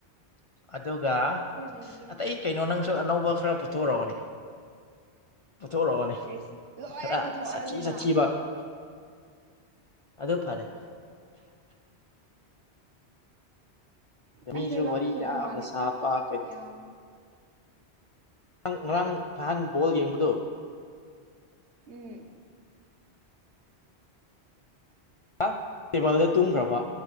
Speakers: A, on the left; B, on the right.
A: ꯑꯗꯨꯒ
B: ꯂꯩꯒꯦ
A: ꯑꯇꯩ ꯀꯩꯅꯣ ꯅꯪꯁꯨ ꯑꯅꯧꯕ ꯈꯔ ꯄꯨꯊꯣꯔꯑꯣꯅꯦ ꯄꯨꯊꯣꯔꯑꯣꯅꯦ
B: ꯁꯤꯁ ꯂꯣꯏ
A: ꯈꯔ
B: ꯄꯩꯊꯣꯛꯑꯗꯅ
A: ꯁꯥꯊꯤ ꯁꯥꯊꯤꯕ ꯑꯗꯨ ꯐꯔꯦ ꯗ ꯃꯤꯁꯨ
B: ꯅꯪꯁꯦ ꯂꯣꯛ
A: ꯋꯥꯔꯤ
B: ꯈꯨꯕ
A: ꯌꯥꯝꯅ
B: ꯃꯥꯜꯂꯦꯀꯣ
A: ꯁꯥꯕ <unintelligible>
B: ꯌꯥꯝ
A: ꯅꯪ ꯉꯔꯥꯡ ꯅꯍꯥꯟ ꯕꯣꯜ ꯌꯦꯡꯕꯗꯣ
B: ꯎꯝ
A: ꯑ ꯇꯦꯕꯜꯗ ꯇꯨꯝꯈ꯭ꯔꯕ